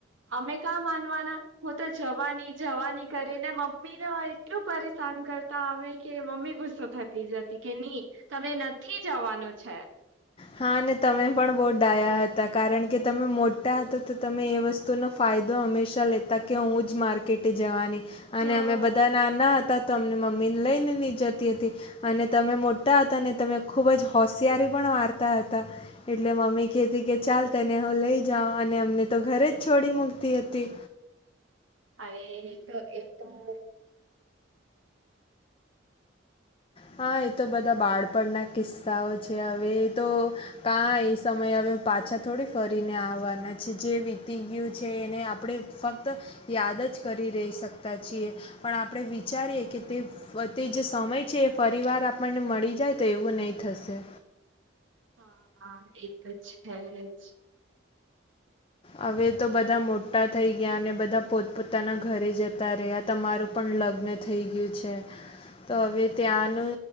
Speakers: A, on the right (about 85°); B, on the left (about 30°).
A: અમે કા માનવાના હું તો જવાની જવાની કરીને મમ્મી ને એટલું પરેશાન. કરતા અમે કે મમ્મી ગુસ્સો થતી જતી. કે નહી તમે નથી જવાનું છે.
B: હા અને તમે પણ બહુ ડાયા હતા કારણ કે. તમે મોટા હતા તો તમે એ વસ્તુનો ફાયદો હંમેશા લેતા કે હું જ માર્કેટે જવાની. અને
A: હા.
B: અમે બધા નાના હતા. તમને મમ્મી ને લઈને નહી જતી હતી અને તમે મોટા હતા અને તમે ખુબ જ હોશિયારી પણ. મારતા હતા એટલે મમ્મી કેતી. કે ચાલ તને હું લઈ જાઉ અને અમને તો ઘરે જ છોડી મૂકતી હતી.
A: અરે એ તો એક તો મુ.
B: હા એ તો બધા બાળપણના કિસ્સાઓ છે હવે એ તો કાય એ સમય હવે. પાછા થોડી ફરીને આવવાના છે જે વીતી ગયું છે એને આપણે ફક્ત યાદ. જ કરી રહી શકતા છીએ પણ આપણે વિચારીએ કે તે તે જે સમય છે.. ફરીવાર આપણને મળી જાય તો એવું નહીં થશે.
A: હા હા એ તો છેજ.
B: હવે તો બધા મોટા થઈ ગયા અને બધા પોતપોતાના ઘરે જતા. જતા રહ્યા તમારું પણ લગ્ન થઈ ગયું છે. તો હવે ત્યાંનો